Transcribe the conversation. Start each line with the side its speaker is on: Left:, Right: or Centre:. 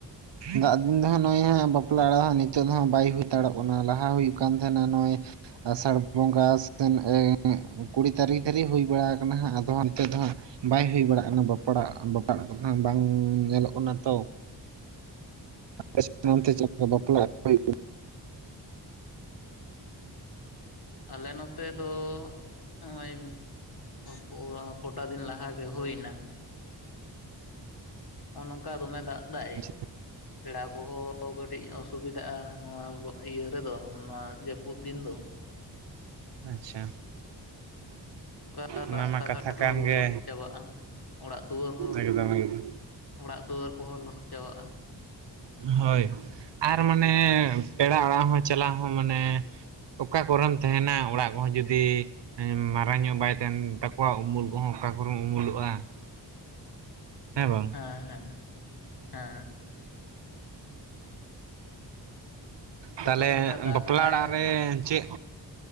Right: ᱫᱟᱜ ᱫᱤᱱ ᱫᱚ ᱦᱟᱸᱜ ᱱᱚᱜᱼᱚᱭ ᱦᱟᱸᱜ ᱵᱟᱯᱞᱟ ᱚᱲᱟᱜ ᱦᱚᱸ ᱱᱤᱛᱚᱜ ᱦᱟᱜ ᱵᱟᱭ ᱦᱩᱭᱛᱟᱲᱚᱜ ᱠᱟᱱᱟ ᱞᱟᱦᱟ ᱦᱩᱭᱩᱜ ᱠᱟᱱ ᱛᱟᱦᱮᱸᱱᱟ ᱱᱚᱜᱼᱚᱭ ᱟᱥᱟᱲ ᱵᱚᱸᱜᱟ ᱥᱮᱱ ᱮᱸ ᱠᱩᱲᱤ ᱛᱟᱹᱨᱤᱠᱷ ᱫᱷᱟᱵᱤᱡ ᱦᱩᱭ ᱵᱟᱲᱟ ᱠᱟᱱᱟ ᱦᱟᱸᱜ ᱟᱫᱚ ᱦᱟᱱᱛᱮ ᱫᱚ ᱦᱟᱸᱜ ᱵᱟᱭ ᱦᱩᱭ ᱵᱟᱲᱟᱜ ᱠᱟᱱᱟ ᱵᱟᱯᱟᱲᱟᱜ ᱵᱟᱯᱞᱟᱜ ᱠᱚ ᱦᱟᱜ ᱵᱟᱝ ᱧᱮᱞᱚᱜ ᱠᱟᱱᱟ ᱛᱚ, ᱟᱯᱮ ᱥᱮᱱ ᱚᱱᱛᱮ
Left: ᱦᱩᱸ
Right: ᱪᱮᱫᱠᱟ ᱵᱟᱯᱞᱟ <unintelligible>
Left: ᱟᱞᱮ ᱱᱚᱛᱮ ᱫᱚ ᱱᱚᱜᱼᱚᱭ ᱠᱚ ᱠᱚᱴᱟ ᱫᱤᱱ ᱞᱟᱦᱟ ᱜᱮ ᱦᱩᱭᱱᱟ᱾ ᱱᱚᱜᱼᱚ ᱱᱚᱝᱠᱟ ᱫᱚᱢᱮ ᱫᱟᱜ ᱫᱟᱭ,
Right: ᱠᱟᱱᱟ
Left: ᱯᱮᱲᱟ ᱠᱚᱦᱚᱸ ᱠᱟᱹᱴᱤᱡ ᱚᱥᱩᱵᱤᱫᱟᱜᱼᱟ ᱱᱚᱣᱟ ᱤᱭᱟᱹ ᱨᱮᱫᱚ ᱱᱚᱣᱟ ᱡᱟᱹᱯᱩᱫ ᱫᱤᱱ ᱫᱚ᱾
Right: ᱟᱪᱪᱷᱟ᱾
Left: ᱚᱝᱠᱟ
Right: ᱚᱱᱟ
Left: ᱨᱟᱥᱛᱟ
Right: ᱢᱟ ᱠᱟᱛᱷᱟ
Left: ᱜᱷᱟᱴ
Right: ᱠᱟᱱ
Left: ᱦᱚᱸ ᱞᱚᱥᱚᱫ
Right: ᱜᱮ
Left: ᱪᱟᱵᱟᱜᱼᱟ, ᱚᱲᱟᱜ ᱫᱩᱣᱟᱹᱨ ᱦᱚᱸ
Right: ᱮᱠᱫᱚᱢ ᱮᱠᱫᱚᱢ
Left: ᱚᱲᱟᱜ ᱫᱩᱣᱟᱹᱨ ᱠᱚᱦᱚᱸ ᱞᱚᱥᱚᱫ ᱪᱟᱵᱟᱜᱼᱟ᱾
Right: ᱦᱳᱭ ᱟᱨ ᱢᱟᱱᱮ ᱯᱮᱲᱟ ᱚᱲᱟᱜ ᱦᱚᱸ ᱪᱟᱞᱟᱣ ᱦᱚᱸ ᱢᱟᱱᱮ ᱚᱠᱟ ᱠᱚᱨᱮᱢ ᱛᱟᱦᱮᱸᱱᱟ ᱚᱲᱟᱜ ᱠᱚᱦᱚᱸ ᱡᱩᱫᱤ ᱢᱟᱨᱟᱝ ᱧᱚᱜ ᱵᱟᱭ ᱛᱟᱦᱮᱸᱱ ᱛᱟᱠᱚᱣᱟ ᱩᱢᱩᱞ ᱠᱚᱦᱚᱸ ᱚᱠᱟ ᱠᱚᱨᱮᱢ ᱩᱢᱩᱞᱚᱜᱼᱟ? ᱦᱮᱸ ᱵᱟᱝ?
Left: ᱦᱮᱸ ᱦᱮᱸ ᱦᱮᱸ᱾
Right: ᱛᱟᱦᱞᱮ
Left: ᱟᱫᱚ ᱚᱱᱠᱟ ᱫᱟᱜᱽ
Right: ᱵᱟᱯᱞᱟ
Left: ᱢᱟᱭ
Right: ᱚᱲᱟᱜ ᱨᱮ ᱪᱮᱜ